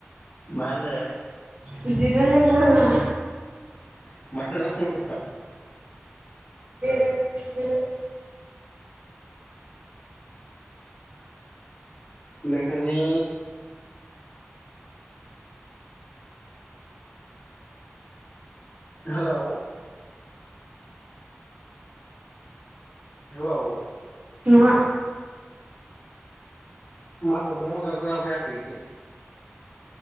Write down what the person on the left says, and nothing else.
मा होनदो
मार <unintelligible>
नोंथांनि हेलौ हेल'
माथोखौ मोजां खोनाफैयाखै इथिं